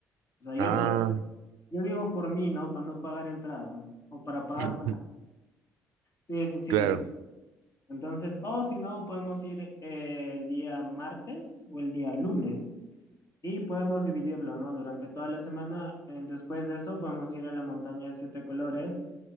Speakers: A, on the left; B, on the right.
A: O sea, yo
B: Ah,
A: por ej- yo digo por mí, ¿no? Para no pagar entrada o para pagar.
B: <laughs>
A: Sí, sí, sí.
B: claro.
A: Entonces, o si no, podemos ir eh, el día martes o el día lunes y podemos dividirlo, ¿no? Durante toda la semana. eh, después de eso, podemos ir a la montaña de siete colores